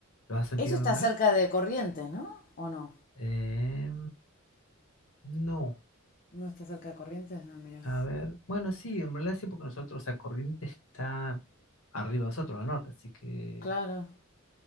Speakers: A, on the left (about 80°); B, on the left (about 40°).
A: lo has sentido
B: Eso está
A: nombrar?
B: cerca de Corrientes, ¿no? ¿O no?
A: Em, no.
B: ¿No está cerca de Corrientes? Ah, mira.
A: A ver, bueno, sí, en realidad sí, porque nosotros, o sea, Corrientes está arriba de nosotros, al norte, así que
B: Claro.